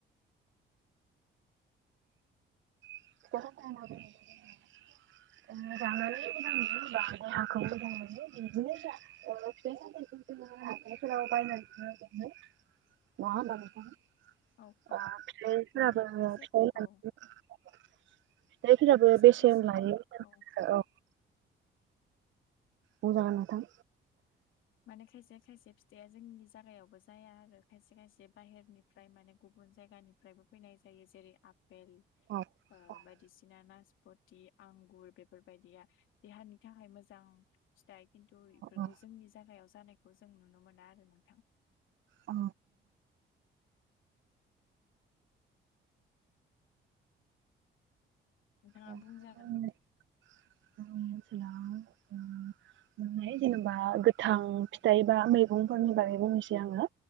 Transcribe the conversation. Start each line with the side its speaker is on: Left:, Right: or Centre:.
Right: <unintelligible> <inaudible> <inaudible> नङा होनबा नोंथां ओ
Left: औ
Right: फिाइफोराबो
Left: औ औ माने
Right: फि
Left: खायसे औ
Right: जायखिनाबो
Left: खायसे
Right: बेसे
Left: खायसे
Right: लायो
Left: औ
Right: औ। मोजां आनो नोंथां।
Left: माने खायसे खायसे फिथाइआ जोंनि जायगायावबो जाया आरो खायसे खायसे बाहेरनिफ्राय माने गुबुन जायगा। फ्राय फैनाय जायो जेरै आफेल ओ
Right: औ अ
Left: बाय। बिसिना नासपति आंगुर बेफोरबायदिया देहानि थाखाय मोजां। फिथाइ खिन्थु बेफोरखौ
Right: अ
Left: जोंनि जगायाव जानायखौ जों नुनो मोना आरो नों
Right: औ।
Left: नोंथाङा
Right: जोंनि
Left: बुंजागोन।
Right: <unintelligible> जेनेबा गोथां फिथाइ बा मैगंफोरनि बागै बुंनोसै आङो।